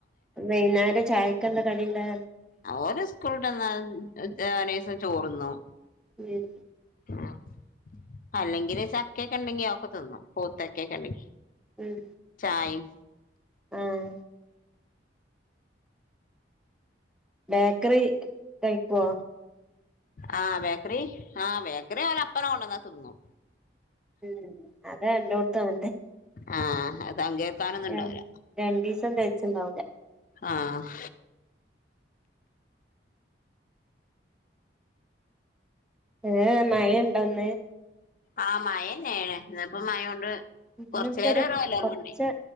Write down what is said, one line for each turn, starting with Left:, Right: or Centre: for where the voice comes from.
Centre: വൈന്നേരം ചായക്കെന്താ കടീണ്ടെ
Left: ഓര് സ്കൂളിട്ടന്നാ <unintelligible> ചോറുന്നു
Centre: ഉം
Left: ആഹ് അല്ലെങ്കില് ചക്കക്കെ ഇണ്ടെങ്കി അതോക്കെ തിന്നും പോവ്ത്തക്കെക്കെ ഇണ്ടെങ്കി
Centre: ഉം
Left: ചായിം
Centre: ആഹ് ബേക്കറി കഴിക്കോ?
Left: ആഹ് ബേക്കറി ആഹ് ബേക്കറി ഓല് അപ്പന്നെ കൊണ്ടന്ന്ക്കും
Centre: ഉം അത് എല്ലോട്ത്തും അങ്ങൻത്തെ
Left: ആ അത് പങ്കേൽക്കാനൊന്നും
Centre: രൻ
Left: ഉണ്ടാവൂല
Centre: രണ്ടിസം തേയ്ച്ച്ണ്ടാവൂല
Left: ആഹ്
Centre: ഏഹ് മഴണ്ടന്ന്
Left: ആഹ് മഴന്നെണ് ഇന്ന്പ്പോ മഴേണ്ട്
Centre: ഇന്നിപ്പോ
Left: കൊർച്ചേരം
Centre: ഒരു
Left: ഒര് ഒലർവ്വ്
Centre: കൊറച്ച്
Left: ഇണ്ടാഴി